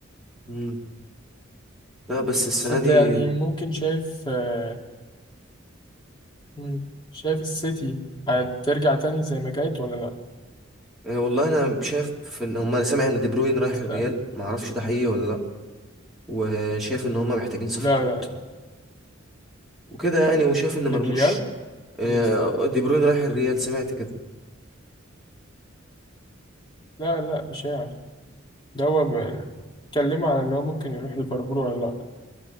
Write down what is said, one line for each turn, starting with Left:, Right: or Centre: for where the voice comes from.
Centre: مم. لا بس السنة
Left: بس انت
Centre: دي
Left: يعني ممكن شايف آه، مم، شايف السيتي هترجع تاني زي ما كانت ولا لا
Centre: آه، والله انا شايف في ان هم انا سامع ان دي بروين رايح الريال
Left: لا
Centre: ما اعرفش ده حقيقي ولا لا وشايف ان هم محتاجين صفقات
Left: لا
Centre: وكده يعني وشايف ان مرموش
Left: الريال
Centre: آه،
Left: ولا الس-
Centre: دي بروين رايح الريال سمعت كده
Left: لا لا إشاعة ده هو ب- اتكلموا على اللي هو ممكن يروح ليفربول ولا لا